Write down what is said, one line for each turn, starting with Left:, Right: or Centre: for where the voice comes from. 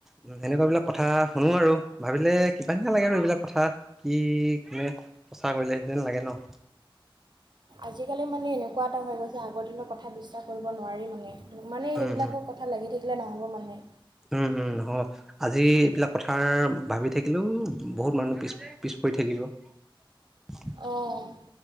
Centre: উম সেনেকুৱা বিলাক কথা শুনো আৰু। ভাবিলে কিবা নিচিনা লাগে আৰু এইবিলাক কথা কি মানে প্ৰচাৰ কৰিলে সেতেন লাগে ন।
Right: আজিকালি মানে এনেকুৱা এটা হৈ গৈছে, আগৰ দিনৰ কথা বিশ্বাস কৰিব নোৱাৰি মানে। মানে
Centre: উম
Right: সেইবিলাকৰ কথা লাগি থাকিলে নহ'ব মানে।
Centre: উম উম হয়। আজি এইবিলাক কথা ভাবি থাকিলেও বহুত মানুহ পিছ পিছ পৰি থাকিব। <inaudible>
Right: অঁ।